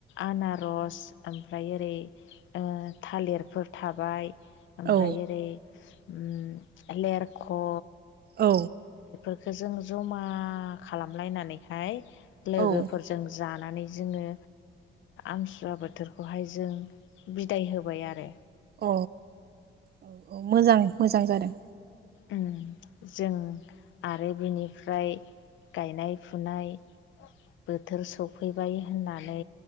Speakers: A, on the left; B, on the right.
A: आनारस ओमफ्राय ओरै ओ ओ थालिरफोर थाबाय ओमफ्राय
B: औ
A: ओरै उम लेरख'ओ
B: औ
A: बेख जों जमा खालामलायनानैहाय लोगोफोरजों
B: अ औ
A: जा नानै जोङो आमसुवा बोथोरखौहाय जों बिदाय होबाय आरो
B: अ औ औ मोजां मोजां जादों
A: उम जों आरो बेनिफ्राय गायनाय- फुनाय बोथोर सफैबाय होननानै